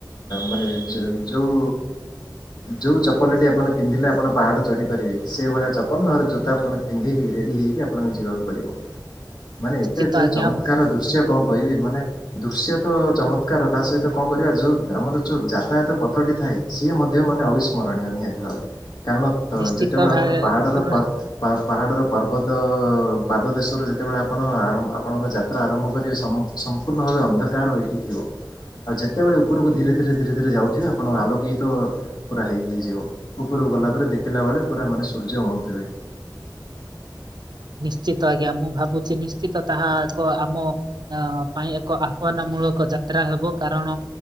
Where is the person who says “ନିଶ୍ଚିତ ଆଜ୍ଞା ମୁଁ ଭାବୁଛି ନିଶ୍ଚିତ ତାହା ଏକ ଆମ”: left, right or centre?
Right